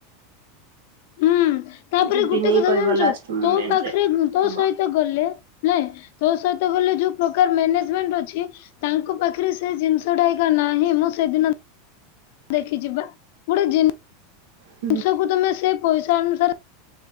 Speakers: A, on the left (about 50°); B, on the right (about 70°).
A: ହୁଁ ତାପରେ
B: ଯିବିନି
A: ଗୋଟେ କଥା
B: କହିବ
A: ଜାଣିଚୁ
B: ଲାଷ୍ଟ ମୁମେଣ୍ଟରେ
A: ତୋ ପାଖରେ ତୋ
B: ଆମ
A: ସହିତ ଗଲେ ଲେ ତୋ ସହିତ ଗଲେ ଯୋଉ ପ୍ରକାର ମ୍ୟାନେଜମେଣ୍ଟ ଅଛି ତାଙ୍କ ପାଖରେ ସେ ଜିନିଷଟା ଏକା ନାହିଁ। ମୁଁ ସେଦିନ ଦେଖିଚି ବା। ଗୋଟେ ଜିନ୍ ଜିନିଷକୁ
B: ହୁଁ
A: ତମେ ସେ ପଇସା ଅନୁସାରେ